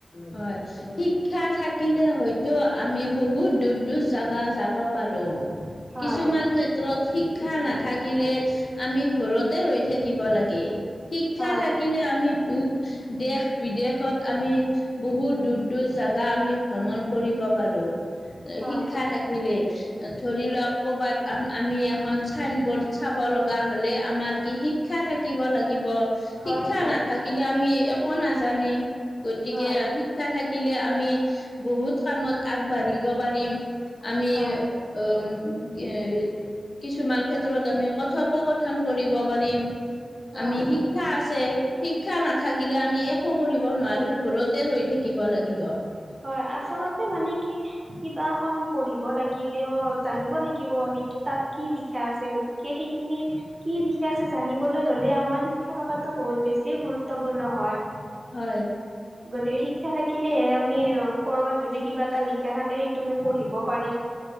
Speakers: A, on the left; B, on the right.
A: হয় শিক্ষা থাকিলে হয়তো আমি বহুত দূৰ দূৰ যা যাব পাৰোঁ।
B: হয়
A: কিছুমান ক্ষেত্ৰত শিক্ষা নাথাকিলে আমি ঘৰতে ৰৈ থাকিব লাগে। শিক্ষা
B: হয়
A: থাকিলে আমি দুখ দেশ বিদেশত আমি বহুত দূৰ দূৰ জাগা আমি ভ্ৰমণ কৰিব পাৰোঁ।
B: হয়
A: শিক্ষা থাক কিলে ধৰি লওঁক কৰ'বাত আমি এখন চাইন বৰ্ড চাব লগা হলে আমাৰ কি শিক্ষা থাকিব লাগিব। শিক্ষা
B: হয় হয়
A: নাথাক কিলে আমি একো নাজানিম। গতিকে
B: হয়
A: শিক্ষা থাকিলে আমি বহুত কামত আগবাঢ়িব পাৰিম। আমি
B: হয়
A: অ উম কি কিছুমান ক্ষেত্ৰত আমি কথোপকথন কৰিব পাৰিম।
B: হয়
A: আমি শিক্ষা আছে শিক্ষা নাথাকিলে আমি একো কৰিব নোৱাৰো। ঘৰতে ৰৈ থাকিব লাগিব।
B: হয় আচলতে মানে কি? কিবা এখন পঢ়িব লাগিলেও জানিব লাগিব আমি তাত কি লিখা আছে। গতিকে সেইখিনি কি লিখা আছে জানিবলৈ হ'লে আমাৰ শিক্ষা থকাটো বহুত বেছিয়ে গুৰুত্বপূৰ্ণ হয়।
A: হয়।
B: গতিকে শিক্ষা থাকিলেহে আমি কৰবাত যদি কিবা এটা লিখা থাকে সেইটো আমি পঢ়িব পাৰিম।